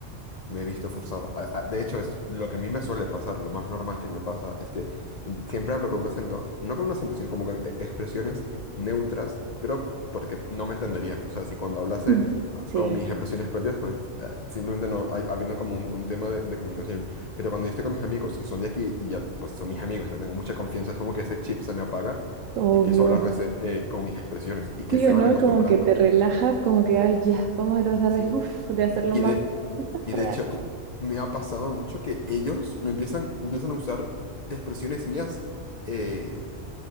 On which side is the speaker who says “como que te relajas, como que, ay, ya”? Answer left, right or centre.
Right